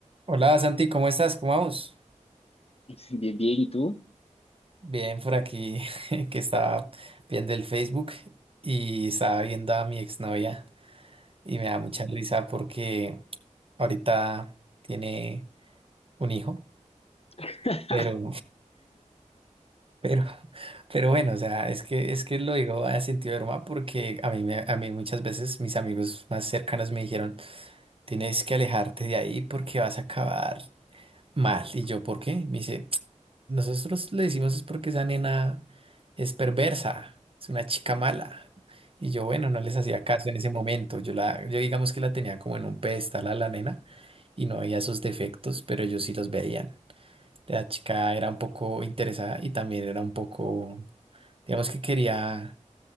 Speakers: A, on the right (about 45°); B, on the left (about 50°).
A: Hola Santi, ¿cómo estás? ¿Cómo vamos?
B: Bien, bien, ¿y tú?
A: Bien, por aquí <laughs> que estaba viendo el Facebook y estaba viendo a mi exnovia y me da mucha risa porque ahorita tiene un hijo,
B: <laughs>
A: pero, <laughs> pero, pero bueno, o sea, es que, es que lo digo a sentido de broma porque a mí, me- a mí muchas veces mis amigos más cercanos me dijeron, tienes que alejarte de ahí porque vas a acabar mal. Y yo, ¿por qué? Me dice. Nosotros le decimos es porque esa nena es perversa, es una chica mala. Y yo, bueno, no les hacía caso en ese momento. Yo la, yo digamos que la tenía como en un pedestal a la nena y no veía sus defectos, pero ellos sí los veían. La chica era un poco interesada y también era un poco, digamos que quería